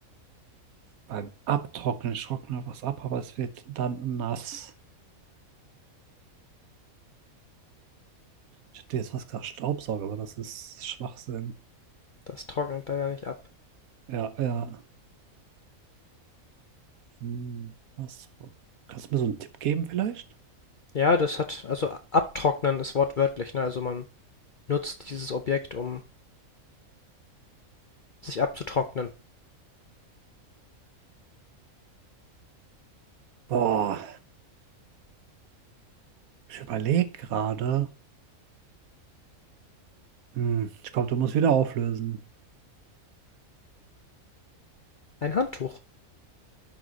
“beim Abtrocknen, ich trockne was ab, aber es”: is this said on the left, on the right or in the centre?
Right